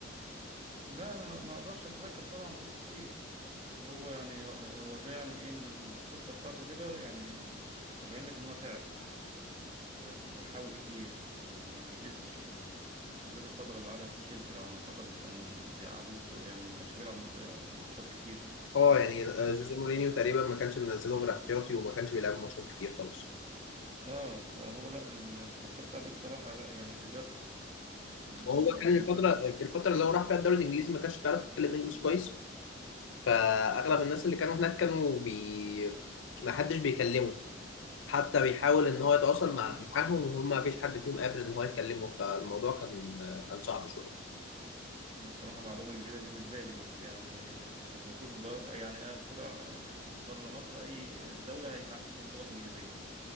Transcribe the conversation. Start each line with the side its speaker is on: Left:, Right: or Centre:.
Right: لا انا ما ما اقدرش اتذكر طبعا تفاصيل بس هو يعني هو ده يعني ايه من القصه بتاعته كده يعني يبين لك ان هو تعب و- وحاول كتير وما يئسش وبالذات الفتره اللي قعدها في تشيلسي على ما اعتقد كانوا بيقعدوه في يعني ما كانش بيلعب ماتشات كتير
Left: اه يعني آه، جوزيه مورينيو تقريبا ما كانش بينزله غير احتياطي وما كانش بيلعب ماتشات كتير خالص
Right: اه فهو لا ال- القصه بتاعته دي صراحه لا يعني تدرس ان هو
Left: وهو كان
Right: زي ما
Left: الفترة
Right: قلت لك
Left: الفترة اللي هو راح فيها الدوري الانجليزي ما كانش بيعرف يتكلم انجلش كويس فاغلب الناس اللي كانوا هناك كانوا بي ما حدش بيكلمه حتى بيحاول ان هو يتواصل مع
Right: <laughs>
Left: معاهم وهم ما فيش حد فيهم قادر ان هو يكلمه فالموضوع كان كان صعب شويه
Right: هي صراحة معلومة جديدة بالنسبة لي بس يعني المفروض بقى- يعني طلع بره مصر أي دولة هيتعامل فيها باللغة الإنجليزية